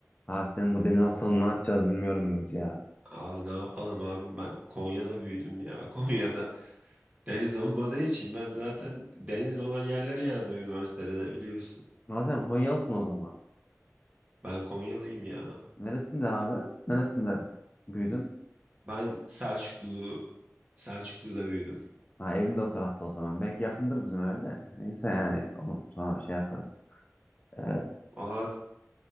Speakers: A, on the left; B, on the right.
A: Abi senin bu deniz hastalığını ne yapacağız bilmiyorum biz ya.
B: Abi ne yapalım abim ben Konya'da büyüdüm ya. <laughs> Konya'da deniz olmadığı için ben zaten deniz olan yerleri yazdım üniversitede de biliyorsun.
A: Abi sen Konyalısın o zaman.
B: Ben Konyalıyım ya.
A: Neresinde abi? Neresinde büyüdün?
B: Ben Selçuklu, Selçuklu'da büyüdüm.
A: Ha evinde o tarafta o zaman. Belki yakındır bizim eve de. Neyse yani onu sonra şey yaparız. Ee,
B: Valla